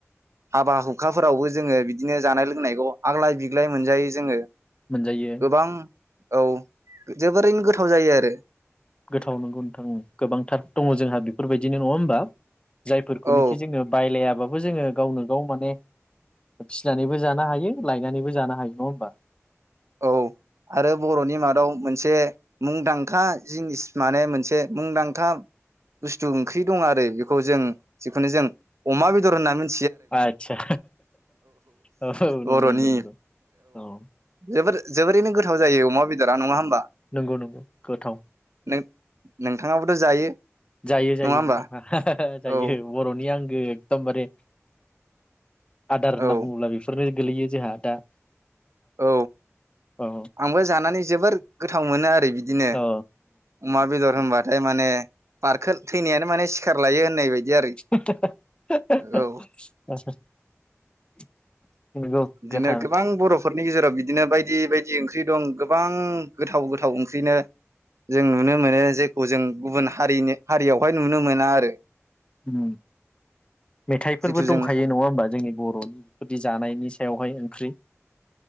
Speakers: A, on the right; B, on the left.
A: हाबा हुखाफोरावबो जोंङो बिदिनो जानाय लोंनायखौ आग्लाय बिग्लाय मोनजायो जोंङो
B: मोनजायो
A: गोबां औ जोबोरैनो गोथाव जायो आरो
B: गोथाव नगौथां गोबांथार दङ जोंहा बेफोरबायदिनो नङा होमबा जायफोरखौनोखि
A: औ
B: जोंङो बायलायाबा बो जोंङो गावनो गाव माने फिसिनानैबो जानो हायो लायनानैबो जानो हायो नङा होमबा
A: औ आरो बरनि मादाव मोनसे मुंदांखा जिनिस माने मोनसे मुंदांखा बुस्थु ओंख्रि दं आरो बे खौ जों जिखुनु जों अमा बेदर होनना मि
B: आदसा औ नंगौ
A: बर'नि
B: नंगौ नंगौ औ
A: जोबोर जोबोरैनो गोथाव जायो अमा बेदा नंङा होमबा
B: नंगौ नंगौ गोथाव
A: नों नोंथाङाबोथ जायो
B: जायो जायो
A: नङा होमबा
B: नोंथाङा जायो
A: औ
B: बरनि आं एकतम बारे आदार
A: औ
B: होनना बुंङोब्ला बेफोरनो गोलैयो जोंहा दा
A: औ
B: औ
A: आंबो जानानै जोबोर गोथाव मोनो आरो बि दिनो
B: औ
A: अमा बेदर होमबाथाय माने बारखो थैनायानो माने सिखार लायो होननाय बायदि
B: <unintelligible>
A: आरो औ
B: <unintelligible>
A: बिदिनो
B: गोथां
A: गोबां बरफोरनि गेजेराव बि दिनो बायदि बायदि ओंख्रि दं गोबां गोथाव गोथाव ओंख्रिनो जों नुनो मोनो जेखौ जों गुबुन हारिनि हारियावहाय नुनो मोना आरो
B: उम मेथाइफोरबो
A: जिथु जों
B: दंखायो नङा होमबा जोंनि बर'नि बेफोरदि जानायनि सायावहाय ओंख्रि